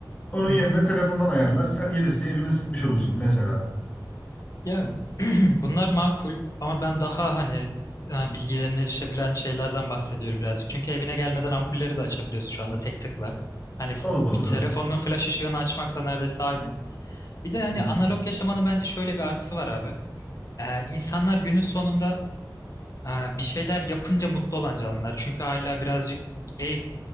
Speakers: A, on the left; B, on the left.
A: Onun
B: hı
A: yerine
B: hı.
A: telefondan ayarlar. Sen gelesiye evini ısıtmış olursun mesela.
B: Ya <clears throat> bunlar makul ama ben daha hani ha, bilgilerine erişebilen şeylerden bahsediyorum birazcık. Çünkü evine gelmeden ampulleri de açabiliyorsun şu anda tek tıkla. Hani f-
A: O da doğru.
B: bir telefonun flash ışığını açmakla neredeyse aynı. Bir de hani
A: Hı hı.
B: analog yaşamanın bence şöyle bir artısı var abi. Ee, insanlar günün sonunda Ee, bir şeyler yapınca mutlu olan canlılar. Çünkü hala birazcık e- e,